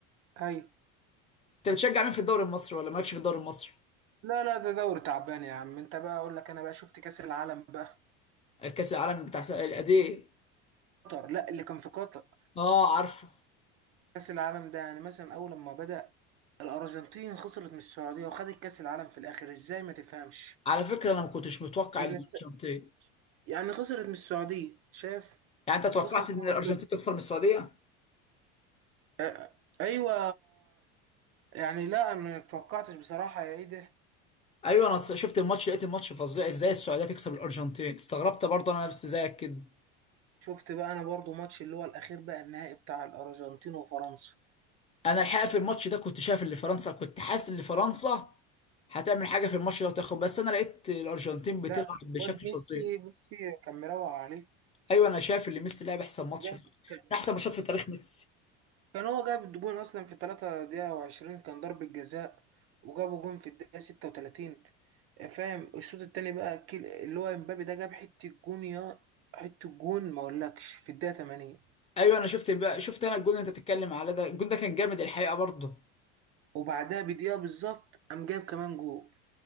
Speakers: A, on the right; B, on the left.
A: ايوه
B: انت بتشجع مين في الدوري المصري ولا مالكش في الدوري المصري
A: لا لا ده دوري تعبان يا عم انت بقى اقول لك انا بقى شفت كأس العالم بقى
B: كاس العالم بتاع سنة- الأندية
A: قطر لا اللي كان في قطر
B: اه عارفه
A: كأس العالم ده يعني مثلا اول لما بدأ الارجنتين خسرت من السعودية وخدت كأس العالم في الاخر ازاي ما تفهمش
B: على فكره انا ما كنتش متوقع
A: الناس-
B: ان الارجنتين
A: يعني خسرت من السعودية شاف
B: يعني انت توقعت
A: خسرت
B: ان
A: 1-0
B: الارجنتين تخسر من السعوديه
A: آه، ايوه يعني لا ما توقعتش بصراحة يا ايه ده
B: ايوه انا شفت الماتش لقيت الماتش فظيع ازاي السعوديه تكسب الارجنتين استغربت برضه انا نفسي زيك كده
A: شفت بقى انا برضو ماتش اللي هو الاخير بقى النهائي بتاع الارجنتين وفرنسا
B: انا الحقيقه في الماتش ده كنت شايف ان فرنسا كنت حاسس ان فرنسا هتعمل حاجه في الماتش ده وتاخد بس انا لقيت الارجنتين بتلعب
A: لا
B: بشكل
A: واد ميسي
B: فظيع
A: ميسي كان مروق عليه
B: ايوه انا شايف ان ميسي لعب احسن ماتش
A: جاب
B: في
A: كان
B: من احسن ماتشات في تاريخ ميسي
A: كان هو جاب الجون اصلا في 3 دقيقة و20 كان ضربة جزاء وجابوا جون في الدقيقة 36 فاهم الشوط التاني بقى كيل- اللي هو امبابي ده جاب حتة جون يا حتة جون ما اقولكش في الدقيقة 80
B: ايوه انا شفت بقى شفت انا الجول اللي انت بتتكلم على ده الجول ده كان جامد الحقيقه برضه
A: وبعدها بدقيقة بالظبط قام جاب كمان جون